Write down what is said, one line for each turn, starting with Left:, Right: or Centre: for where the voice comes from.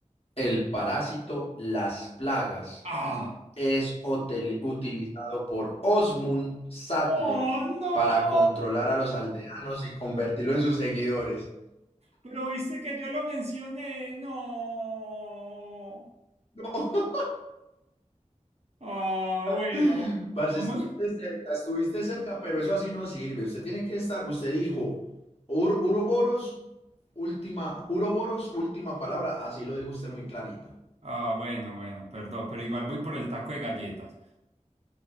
Left: El parásito las plagas
Right: ¡Ah!
Left: es hotel- utilizado por Osmund Sattler
Right: ¡Oh, no!
Left: para controlar a los aldeanos y convertirlo en sus seguidores.
Right: Pero viste que yo lo mencioné. No.
Left: No,
Right: Ah,
Left: <laughs>
Right: bueno.
Left: parce,
Right: Vamos.
Left: estuviste cerca, estuviste cerca, pero eso así no sirve. Usted tiene que estar, usted dijo, "Ur- Uroboros, última, Uroboros, última palabra, así lo dijo usted muy clarito.
Right: Ah, bueno, bueno, perdón, pero igual voy por el taco de galletas.